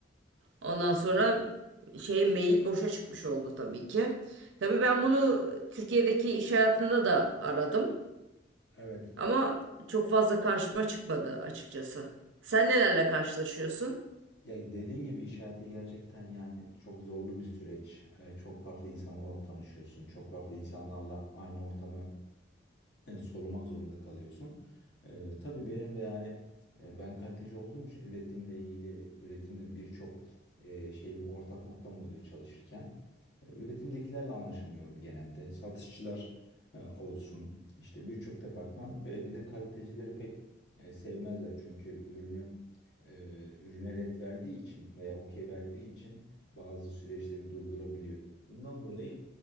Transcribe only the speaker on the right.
Ondan sonra şey mail boşa çıkmış oldu tabii ki. Tabii ben bunu Türkiye'deki iş hayatında da aradım.
Ama çok fazla karşıma çıkmadı açıkçası. Sen nelerle karşılaşıyorsun?